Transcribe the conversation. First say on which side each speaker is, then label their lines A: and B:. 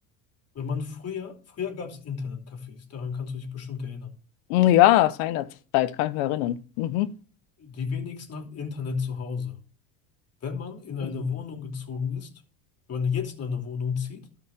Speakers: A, on the left; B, on the left.
A: wenn man früher, früher gab es Internetcafés, daran kannst du dich bestimmt erinnern.
B: Ja, seinerzeit kann ich mich erinnern. Mhm.
A: Die wenigsten hatten Internet zu Hause. Wenn man in eine
B: Mhm.
A: Wohnung gezogen ist, wenn man jetzt in eine Wohnung zieht,